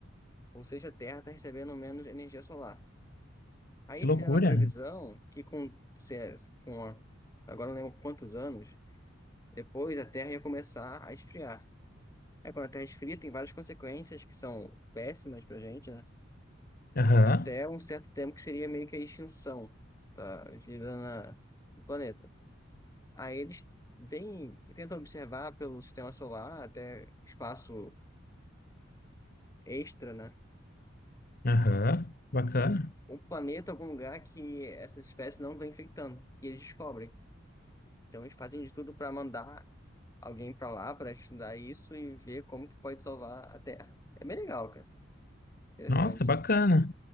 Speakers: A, on the left (about 15°); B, on the left (about 50°).
A: Ou seja, a Terra está recebendo menos energia solar. Aí
B: Que
A: eles
B: loucura.
A: fizeram a previsão que com, se- é, com a- agora não lembro quantos anos, depois a Terra ia começar a esfriar. Aí quando a Terra esfria, tem várias consequências que são péssimas pra gente, né?
B: Aham,
A: até um certo tempo que seria meio que a extinção da vida na- no planeta. Aí eles têm, tentam observar pelo sistema solar, até espaço extra, né?
B: aham, Bacana.
A: Um planeta, algum lugar que essas espécies não estão infectando, e eles descobrem. Então eles fazem de tudo para mandar alguém para lá para estudar isso e ver como que pode salvar a Terra. É bem legal, cara. Interessante.
B: Nossa, bacana.